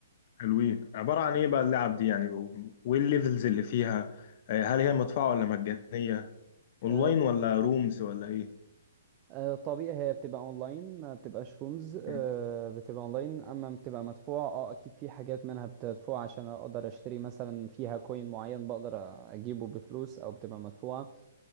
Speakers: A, on the left; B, on the right.
A: حلوين عباره عن ايه بقى اللعب دي يعني وايه الليفلز اللي فيها آه هل هي مدفوعه ولا مجانيه اونلاين
B: أه
A: ولا رومز ولا ايه
B: آه، طبيعي هي بتبقى اونلاين ما بتبقاش رومز آه،
A: مم.
B: بتبقى اونلاين اما بتبقى مدفوعة اه اكيد في حاجات منها بتدفع عشان اقدر اشتري مثلا فيها كوين معين بقدر اجيبه بفلوس او بتبقى مدفوعة